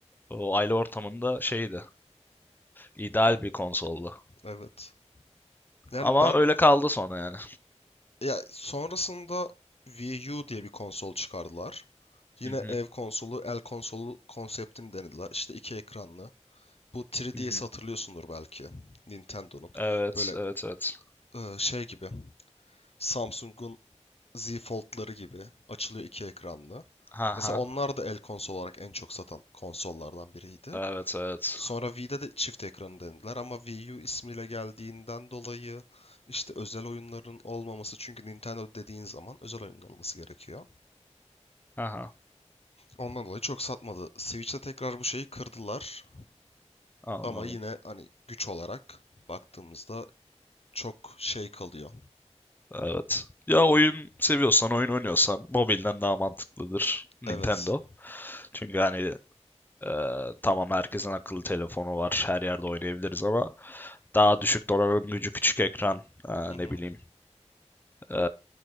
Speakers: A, on the left; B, on the left.
A: o aile ortamında şeydi. İdeal bir konsoldu.
B: Evet. Yani
A: Ama
B: ben
A: öyle kaldı sonra yani.
B: ya sonrasında Wii U diye bir konsol çıkardılar. Yine
A: Hı hı,
B: ev konsolu, el konsolu konseptini denediler. İşte iki ekranlı. Bu 3DS'i
A: hı hı.
B: hatırlıyorsundur belki. Nintendo'nun.
A: Evet,
B: Böyle
A: evet, evet.
B: e, şey gibi. Samsung'un Z Fold'ları gibi açılıyor iki ekranlı.
A: Ha
B: Mesela
A: ha.
B: onlar da el konsol olarak en çok satan konsollardan biriydi.
A: Evet, evet.
B: Sonra Wii'de de çift ekranı denediler ama Wii U ismiyle geldiğinden dolayı işte özel oyunların olmaması çünkü Nintendo dediğin zaman özel oyunun olması gerekiyor.
A: Ha ha.
B: Ondan dolayı çok satmadı. Switch'te tekrar bu şeyi kırdılar
A: Anladım.
B: ama yine hani güç olarak baktığımızda çok şey kalıyor.
A: Evet. Ya oyun
B: Hmm.
A: seviyorsan, oyun oynuyorsan mobilden daha mantıklıdır Nintendo.
B: Evet.
A: Çünkü hani e, tamam herkesin akıllı telefonu var, her yerde oynayabiliriz ama daha düşük donanım gücü, küçük ekran, e,
B: Hı hı.
A: ne bileyim e,